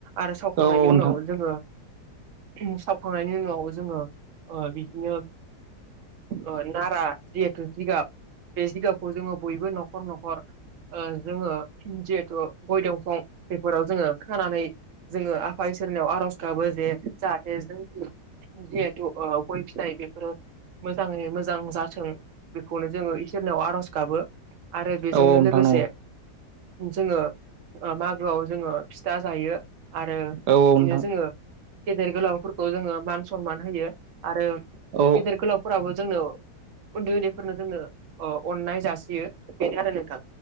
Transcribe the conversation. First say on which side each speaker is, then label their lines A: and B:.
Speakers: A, on the right (about 55°); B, on the right (about 80°).
A: आरो सावखांनायनि
B: औ
A: उनाव
B: नोंथां
A: जोङो सावखांनायनि उनाव जोङो ओ बिदिनो ओ नारा जिहेतु जिगाब बे जिगाबखौ जोङो बयबो न'खर न'खर ओ जोङो जिहेथु गय दंफां बेफोराव जोङो खानानै जोङो आफा इसोरनियाव आर'ज गाबो जे जाहाथे <unintelligible> जिहेथु ओ गय फिथाइ बेफोरो मोजाङै मोजां जाथों बेखौनो जोङो इसोर नियाव आर'ज गाबो आरो बेजोंनो
B: औ
A: लोगोसे
B: नोंथां नंगौ
A: जोङो मागोआव जोङो फिथा जायो आरो
B: औ
A: बिदिनो
B: नोंथां
A: जोङो गेदेर गोलावफोरखौ जोङो मान सनमान होयो आरो
B: औ नंगौ
A: गेदेर गोलावफोराबो जोंनो उन्दै उन्दैफोरनो जोंनो ओ अननाय जासियो बेनो आरो नोंथां